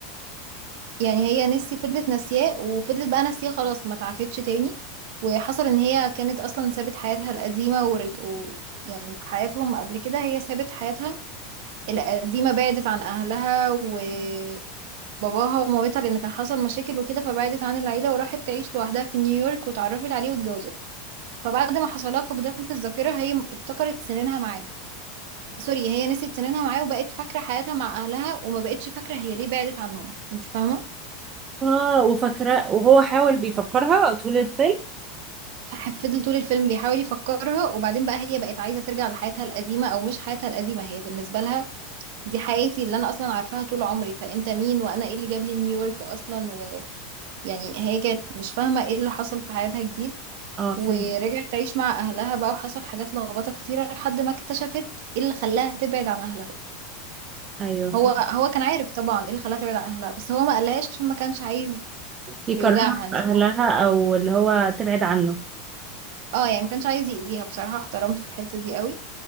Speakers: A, on the right; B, on the right.
A: يعني هي نسي فضلت ناسياه وفضلت بقى ناسياه خلاص ما تعافتش تاني وحصل ان هي كانت اصلا سابت حياتها القديمة ورج... و... يعني في حياتهم قبل كده هي سابت حياتها القديمة بعدت عن أهلها وباباها ومامتها لأن كان حصل مشاكل وكده فبعدت عن العيلة وراحت تعيش لوحدها في نيويورك واتعرفت عليه واتجوزته فبعد ما حصلها فقدان في الذاكرة هي م- افتكرت سنينها معاه سوري هي نسيت سنينها معاه وبقت فاكرة حياتها مع أهلها وما بقتش فاكرة هي ليه بعدت عنهم انت فاهمة؟
B: اه وفاكره وهو حاول بيفكرها طول الفيلم
A: ففضل طول الفيلم بيحاول يفكرها وبعدين بقى هي بقت عايزة ترجع لحياتها القديمة أو مش حياتها القديمة هي بالنسبة لها دي حياتي اللي أنا أصلا عارفاها طول عمري فأنت مين وأنا إيه اللي جاب لي نيويورك أصلا و... يعني هي كانت مش فاهمة ايه اللي حصل في حياتها جديد
B: اه فهمت
A: ورجعت تعيش مع اهلها بقى وحصل حاجات لخبطة كتيرة لحد ما اكتشفت ايه اللي خلاها تبعد عن اهلها
B: ايوه فهمت
A: هو هو كان عارف طبعا ايه اللي خلاها تبعد عن اهلها بس هو ما قالهاش عشان ما كانش عايز
B: يكرهها
A: يوجعها انت
B: في اهلها
A: فاهمة
B: او اللي هو تبعد عنه
A: اه يعني ما كانش عايز يأذيها بصراحة احترمته في الحتة دي قوي